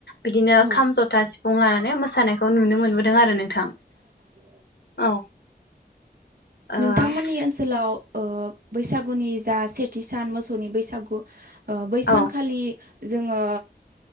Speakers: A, on the left; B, on the right.
A: बिदिनो
B: औ
A: खाम जथा सिफुं लानानै मोसानायखौ नुनो मोनबोदों आरो नोंथां
B: <inaudible>
A: औ ओ
B: नोंथांमोननि ओनसोलाव ओ बैसागुनि जा सेथि सान मोसौनि बैसागु बै सानखालि
A: औ
B: जोङो